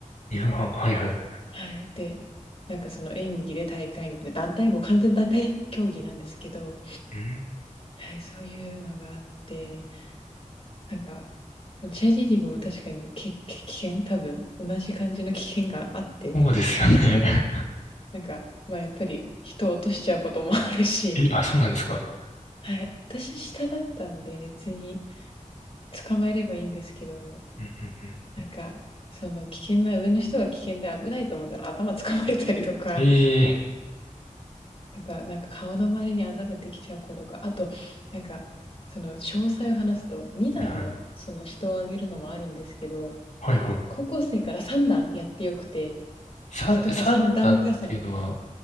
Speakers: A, on the left (about 70°); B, on the left (about 45°).
A: 夕飯、はいはい。
B: はい。で、なんかその演技で大会みたいな、団体も完全団体競技なんですけど、
A: うん、
B: はい、そういうのがあって、なんか、チェアリーディングも確かにけけ危険多分、同じ感じの危険があって、
A: そうですよね。
B: なんか、まあやっぱり人を落としちゃうこともあるし、
A: え、あ、そうなんですか。
B: はい、私下だったんで別に捕まえればいいんですけど、
A: うんうんうん。
B: なんか、その危険な、上の人が危険で危ないと思ったら頭掴まれたりとか、
A: ええ
B: とか、なんか顔の周りにあざができちゃう子とか、あと、なんか、その詳細を話すと、2段のその人を上げるのもあるんですけど、
A: はいはい。はいはい。
B: 高校生から3段やってよくて、
A: 三、
B: 人が3段重ね。
A: 三段っていうのは、